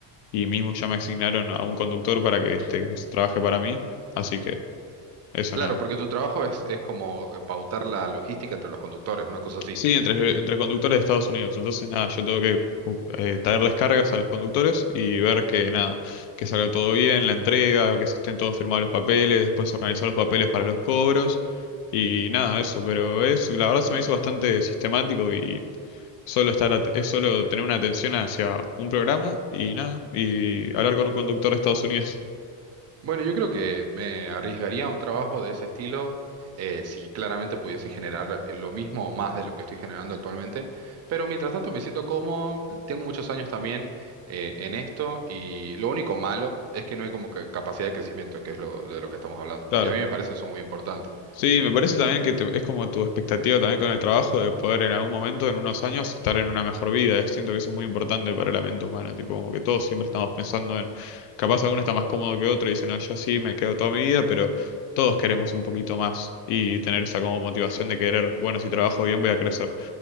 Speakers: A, on the left; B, on the right.
A: y mismo ya me asignaron a un conductor para que este pues, trabaje para mí, así que eso
B: Claro,
A: nada.
B: porque tu trabajo es, es como eh, pautar la logística entre los conductores, una cosa así.
A: Sí, entre, entre conductores de Estados Unidos, entonces nada, yo tengo que bu- eh, traerles cargas a los conductores y ver que nada, que salga todo bien, la entrega, que se estén todos firmados los papeles, después organizar los papeles para los cobros. Y nada, eso, pero es, la verdad se me hizo bastante sistemático y Solo estar, at- es solo tener una atención hacia un programa y nada, y hablar con un conductor de Estados Unidos. <laughs>
B: Bueno, yo creo que me arriesgaría a un trabajo de ese estilo eh, si claramente pudiese generar eh, lo mismo o más de lo que estoy generando actualmente. Pero mientras tanto me siento cómodo, tengo muchos años también eh, en esto y lo único malo es que no hay como que capacidad de crecimiento, que es lo, de lo que estamos hablando.
A: Claro.
B: Y a mí me parece eso muy importante.
A: Sí, me parece también que te- es como tu expectativa también con el trabajo de poder en algún momento, en unos años, estar en una mejor vida. Eh, Siento que eso es muy importante para la mente humana, tipo como que todos siempre estamos pensando en, capaz alguno está más cómodo que otro y dice, no, yo sí me quedo toda mi vida, pero todos queremos un poquito más y tener esa como motivación de querer, bueno, si trabajo bien voy a crecer.